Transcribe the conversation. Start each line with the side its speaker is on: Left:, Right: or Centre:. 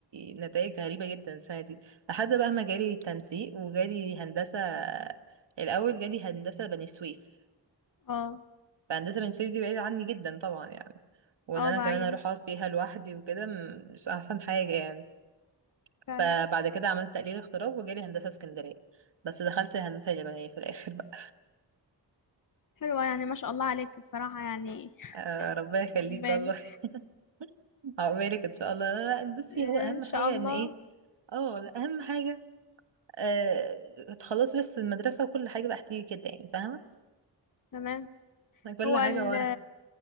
Right: نتائج غريبة جدا السنة دي لحد بقى ما جالي تنسيق وجالي هندسة الاول جالي هندسة بني سويف
Left: اه
Right: فهندسة بني سويف دي بعيدة عني جدا طبعا يعني وان
Left: آه،
Right: انا
Left: بعيدة
Right: كمان اروح اقعد فيها لوحدي وكده م- مش احسن حاجة يعني
Left: فعلا
Right: فبعد كده عملت تقليل اغتراب وجالي هندسة اسكندرية بس دخلت هندسة يابانية في الآخر بقى
Left: حلوة يعني ما شاء الله عليك بصراحة يعني
Right: آه ربنا يخليك
Left: عجباني
Right: والله <laughs> عقبالك إن شاء الله لا لا بصي
Left: ان
Right: هو أهم
Left: شاء
Right: حاجة
Left: الله
Right: إن إيه اه لا، أهم حاجة آه خلاص بس المدرسة وكل حاجة بقى هتيجي كده يعني فاهمة
Left: تمام
Right: يعني كل
Left: هو
Right: حاجة
Left: ال
Right: ورا